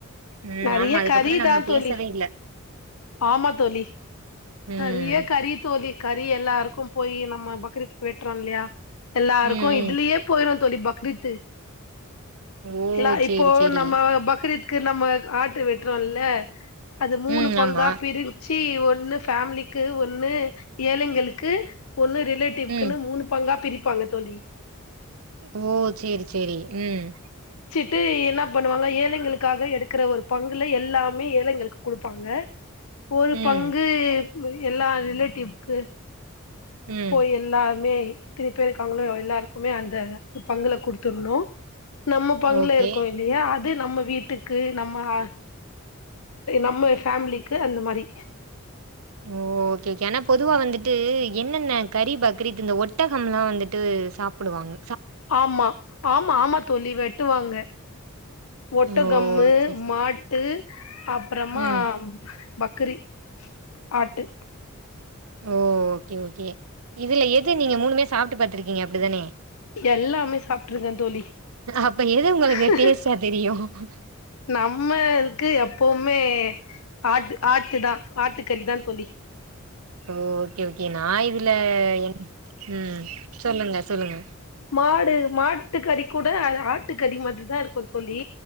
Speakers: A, on the right; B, on the left.
A: ம்
B: நிறைய
A: ஆமா அதுக்கப்புறோ
B: கறிதான்
A: நம்ம
B: தோழி
A: பேசவே இல்ல
B: ஆமா தோழி
A: ம்
B: நேறைய கறி தோழி கறி எல்லாருக்கும் போய் நம்ம பக்ரீத்க்கு வெட்டுறோம் இல்லையா எல்லாருக்கும்
A: ம் ம்
B: இதுலயே போயிரும் தோழி பக்ரீத்
A: ஓ
B: இல்ல இப்போ
A: சேரி சேரி
B: நம்ம பக்ரீத் பக்ரீத்க்கு நம்ம ஆட்டு வெட்டுறோல்ல அது மூணு
A: ம்
B: பங்கா
A: ஆமா
B: பிரிச்சி ஒ ஒண்ணு ஃபேமிலிக்கு ஒண்ணு ஏழங்களுக்கு ஒன்னு ரிலேட்டிவ்க்குனு
A: ம்
B: மூனு பங்கா பிரிப் பாங்க தோழி
A: ஓ செரி செரி ம்
B: ட்டு என்ன பண்ணுவாங்க ட்டு ட்டு ட்டு என்னா பண்ணுவாங்க ஏழைங்களுக்காக எடுக்கிற ஒரு பங்குல எல்லாமே ஏழைங்களுக்கு குடுப்பாங்க ஒரு
A: ம்
B: பங்கு எல்லா ரிலேட்டிவ்க்கு
A: ம்
B: போய் எல்லாமே எத்தனி பேர் இருக்காங்களோ எல்லாருக்குமே அந்த பங்குல குடுத்துணோம் நம்ம பங்குல
A: ஓகே
B: இருக்கோ இல்லையா அத் நம்ம வீட்டுக்கு நம்ம ஆ நம்ம ஃபேமிலிக்கு அந்த மாரி
A: ஓகே ஓகே ஆனா பொதுவா வந்துட்டு என்னென்ன கறி பக்ரீத் இந்த ஒட்டகம்லா வந்துட்டு சாப்படுவாங்க
B: ஆமா ஆமா ஆமா தோலி வெட் வாங்க ஒட்டகம்மு
A: ஓ சேரி சேரி
B: மாட்டு அப்பறமா
A: ம்
B: பக்கிரி ஆட்டு
A: ஓ ஓகே ஓகே இதுல எது நீங்க மூணுமே சா சாப்ட்டு பாத்துருக்கீங்க அப்டிதானே
B: எல்லாமே சாப்ட்ருக்கே தோழி
A: அப்ப எது உங்களுக்கு
B: ஹூஹூ
A: டேஸ்ட்டா தெரியு ஓ
B: நம்மளுக்கு எப்பயுமே ஆட்டு ஆட்டு தா ஆட்டு கறி தா தோலி
A: ஓ ஓகே ஓகே நா இதுல என் ம் சொல்லுங்க சொல்லுங்க
B: மாடு மாட்டுக்கறி கூட ஆட்டுக்கறி மாரி தா இருக்கு தோலி